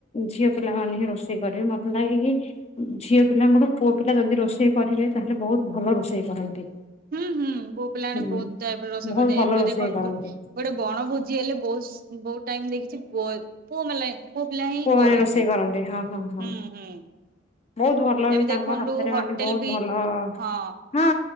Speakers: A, on the left; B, on the right.
A: ଝିଅ ପିଲାମାନେ ହିଁ ରୋଷେଇ କରିବେ ମତେ ଲାଗେକି ଝିଅ ପିଲାଙ୍କଠୁ ପୁଅ ପିଲା ଯଦି ରୋଷେଇ କରିବେ ତାହେଲେ ବହୁତ ଭଲ ରୋଷେଇ କରନ୍ତି।
B: ହୁଁ ହୁଁ ପୁଅ ପିଲାମାନେ
A: ହୁଁ
B: ବହୁତ ଟାଇପରେ ରୋଷେଇ
A: ବହୁତ
B: କରିଦିଏ
A: ଭଲ
B: ଏବେ
A: ରୋଷେଇ
B: ଦେଖନ୍ତୁ
A: କରନ୍ତି
B: ଗୋଟେ ବଣ ଭୋଜି ହେଲେ ବହୁତ ବହୁତ ଟାଇମ ଦେଖିଛି ପୁଅ ପୁଅମାଲେ ପୁଅ ପିଲା ହିଁ
A: ମାନେ
B: କରନ୍ତି
A: ରୋଷେଇ ହଁ ହଁ ହଁ।
B: ହୁଁ ହୁଁ।
A: ବହୁତ ଭଲ
B: ଏବେ
A: ବି
B: ଦେଖନ୍ତୁ
A: ତାଙ୍କ ହାତରେ
B: ହୋଟେଲ
A: ମାନେ ବହୁତ
B: ବି
A: ଭଲ
B: ହଁ
A: ହଁ